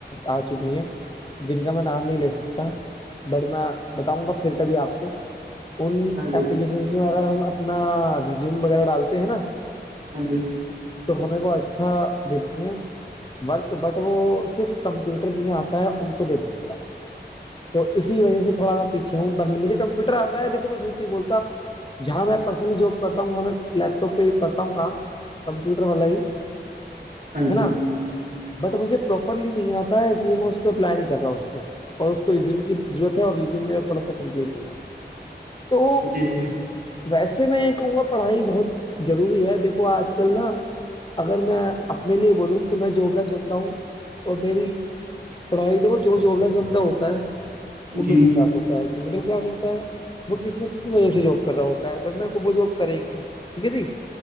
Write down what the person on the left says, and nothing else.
آ چکی ہیں جن کا میں نام نہیں لے سکتا بٹ میں بتاؤں گا پھر کبھی آپ کو ان
اپلیکیشنس میں اگر ہم اپنا ریزیوم وغیرہ ڈالتے ہیں نا
تو ہمیں وہ اچھا دیتی ہیں ورک بٹ وہ صرف کمپیوٹر جنہیں آتا ہے ان کو دیتی ہیں ورک تو اسی وجہ سے تھوڑا پیچھے ہوں بن مجھے کمپیوٹر آتا ہے دیکو میں جھوٹ نہیں بولتا جہاں میں پرسنلی جاب کرتا ہوں وہاں میں لیپ ٹوپ پہ کرتا ہوں کام کمپیوٹر والا ہی ہے
نا
بٹ مجھے پراپرلی نہیں آتا ہے اس لیے میں اس پہ پلان ہی کر رہاوں اس پہ اور اس کو ریزیوم کی ضروت اور ریزیوم میرا تھوڑا س کمپلیٹ ہوا تو
ویسے میں یہ کہوں گا پڑھائی بہت ضروری ہے دیکھو آج کل نا اگر میں اپنے لیے بولوں تو میں جوب لس بندتا ہوں اور میری پڑھائی دو جو جوبلس بندہ ہوتا ہے وہ
مڈل کلاس ہوتا ہے جو مڈل کلاس ہوتا ہے وہ کسی نہ کسی وجہ سے جاب کر رہا ہوتا ہے ورنہ وہ جاب کرے کیوں ٹھیک ہے جی